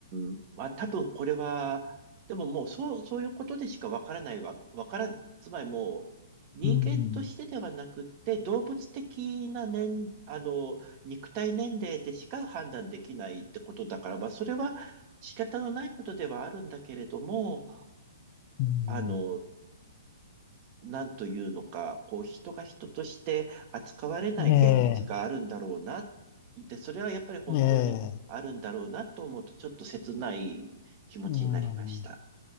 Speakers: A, on the right; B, on the left.
A: ん、まあ、多分これは、でももう、そう、そういうことでしかわからないわ、わからない、つまりもう、人間としてではなくって、
B: うん。
A: 動物的な年、あの、肉体年齢でしか判断できないってことだから、まあ、それは仕方のないことではあるんだけれども、
B: うん。
A: あの、なんというのか、こう、人が人として扱われない現実があるんだろうな。
B: ええ、
A: で、それはやっぱり本当にあるんだろうなと思うと、
B: ええ、
A: ちょっと切ない気持ちになりました。
B: うん。